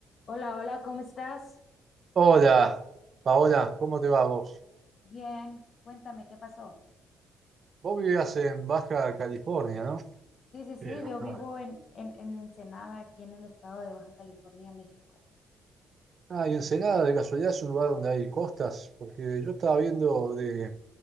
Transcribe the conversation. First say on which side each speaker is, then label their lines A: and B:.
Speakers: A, on the left; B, on the right.
A: Hola, hola, ¿cómo estás?
B: Hola, Paola, ¿cómo te va vos?
A: Bien, cuéntame qué pasó.
B: Vos vivías en Baja California, ¿no?
A: Sí, sí, sí,
B: Sí, bastante.
A: yo vivo en, en, en Ensenada, aquí en el estado de Baja California, México.
B: Ah, y Ensenada, de casualidad, es un lugar donde hay costas, porque yo estaba viendo de